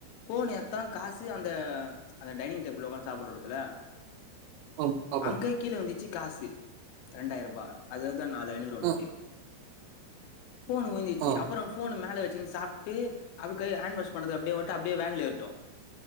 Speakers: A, on the left; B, on the right.
A: ஃபோன் எத்தா காசு அந்த அந்த டைனிங் டேபிள் உக்காந்து சாப்டடுறதுல
B: ஆம் ஆமா
A: அங்க கீழ விழுந்துச்சு காசு ரெண்டாயிர ருபா அது வந்து நாலு ஐநூறுவா நோட்டு
B: ஆ
A: ஃபோன் உழுந்தீச்சி
B: ஆ
A: அப்பறோ ஃபோனு மேல வச்சுன்னு சாப்ட்டு அ கை ஹாண் வாஷ் பன்னறதுக் அப்டே ஓட்டு அப்டே வேன்ல ஏற்ட்டோ